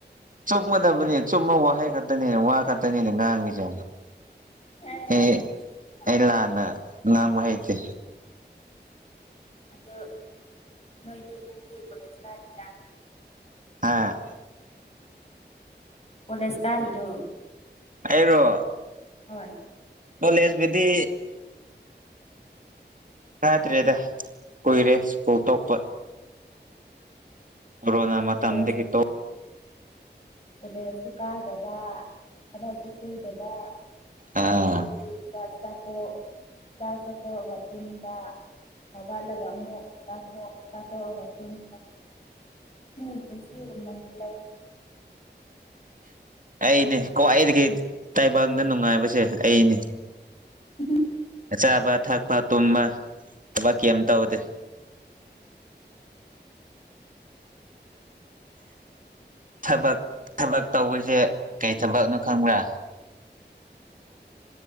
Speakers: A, on the right; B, on the left.
A: ꯆꯨꯞꯒꯗꯕꯅꯤ ꯆꯨꯃꯕꯥ ꯋꯥꯍꯩ ꯈꯛꯇꯅꯤꯅꯦ ꯋꯥ ꯈꯛꯇꯅꯤꯅꯦ ꯉꯥꯡꯉꯁꯦ
B: ꯑꯦ
A: ꯑꯥ
B: ꯆꯨꯝꯗꯤ ꯆꯨꯝꯕ
A: ꯑꯩꯂꯥꯅꯥ ꯉꯥꯡꯕꯥꯍꯤꯇꯦ
B: ꯑꯗꯨ ꯅꯣꯏꯗꯤ ꯅꯪꯒꯤ ꯀꯣꯂꯦ ꯁꯥꯔꯤꯗ
A: ꯍꯥꯥ
B: ꯑꯣꯂꯦ ꯏꯁ ꯀꯥꯔ ꯏꯔꯣ
A: ꯑꯩꯔꯣ
B: ꯍꯣꯏ
A: ꯑꯣ ꯂꯩꯦꯁꯕꯤꯗꯤ ꯐꯠꯇ꯭ꯔꯦꯗ ꯀꯨꯏꯔꯦ ꯁ꯭ꯀꯨꯜ ꯇꯣꯛꯄ ꯀꯣꯅꯥ
B: ꯑꯁ
A: ꯃ ꯃꯇꯝ
B: ꯀꯣꯂꯦꯖ
A: ꯑꯗꯒꯤ ꯀꯦ ꯇꯣ
B: ꯀꯣꯂꯦꯖꯁꯨ ꯀꯥꯗꯕ ꯊꯨ ꯁꯨꯗꯕ
A: ꯑꯥ
B: ꯑꯗꯨꯒꯤ ꯆꯇꯥꯄ ꯆꯇ ꯇꯨꯝꯗ ꯍ ꯂ ꯃ ꯆ ꯇꯣꯀꯑꯒꯥ ꯇꯨꯝꯕꯥ ꯅꯣꯏ ꯄꯨꯟꯁꯤ ꯒꯨꯝꯅ ꯂꯩ
A: ꯑꯩꯅꯦ ꯈ꯭ꯋꯥꯏꯗꯒꯤ ꯇꯥꯏꯕꯪꯗ ꯅꯨꯡꯉꯥꯏꯕꯁꯦ ꯑꯩꯅꯦ
B: ꯎꯝ
A: ꯆꯥꯕ ꯊꯛꯄ ꯇꯨꯝꯕ ꯊꯕꯛ ꯀꯔꯤꯝ ꯇꯧꯗꯦ ꯊꯕꯛ ꯊꯕꯛ ꯇꯧꯕꯁꯦ ꯀꯩ ꯊꯕꯛꯅꯣ ꯈꯪꯕ꯭ꯔꯥ